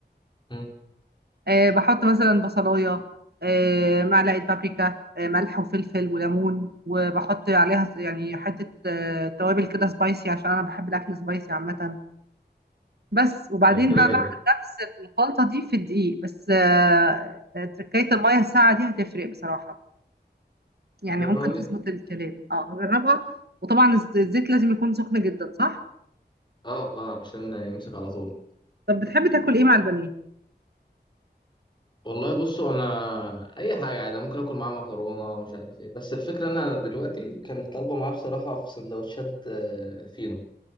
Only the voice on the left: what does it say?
أمم.
آه، كده
كده
جربي
اه اه عشان يمسك على طول
والله بصوا انا اي حاجه عادي أنا ممكن اكل معاه مكرونه ومش عارف ايه بس الفكره انا دلوقتي كانت طالبه معاه بصراحه في سندوتشات آه، فينو